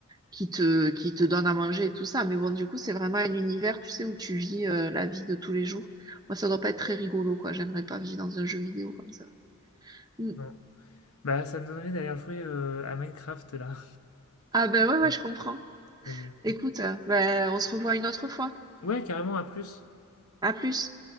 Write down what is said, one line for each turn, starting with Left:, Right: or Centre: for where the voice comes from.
Right: qui te, qui te donne à manger et tout ça. Mais bon, du coup, c'est vraiment un univers, tu sais, où tu vis euh, la vie de tous les jours. Moi, ça doit pas être très rigolo, quoi. J'aimerais pas vivre dans un jeu vidéo comme ça. Mm.
Left: Non. Bah, ça me donne envie d'aller jouer euh, à Minecraft là.
Right: Ah ben ouais, ouais,
Left: Ouais,
Right: je comprends.
Left: ouais,
Right: Écoute,
Left: ouais.
Right: euh, ben, on se revoit une autre fois.
Left: Ouais, carrément, à plus.
Right: À plus.